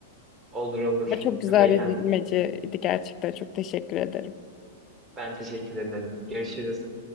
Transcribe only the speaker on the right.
olur olur.
Çok eğlendim.
Ben teşekkür ederim. Görüşürüz.